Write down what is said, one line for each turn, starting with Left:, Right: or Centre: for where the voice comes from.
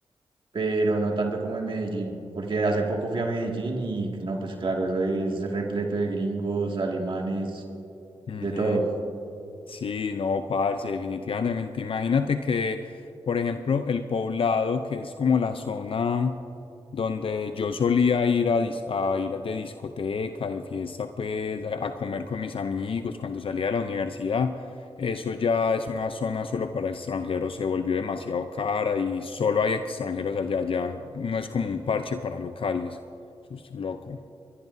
Right: pero no tanto como en Medellín, porque hace poco fui a Medellín y no, pues claro, eso es repleto de gringos, alemanes,
Left: Ujú.
Right: de todo.
Left: Sí, no, parce, definitivamente. Imagínate que, por ejemplo, el Poblado, que es como la zona donde yo solía ir a, dis- a ir de discoteca, de fiesta, pues, a, a comer con mis amigos cuando salía de la universidad, eso ya es una zona solo para extranjeros, se volvió demasiado cara y solo hay extranjeros allá, ya no es como un parche para locales. Eso es loco.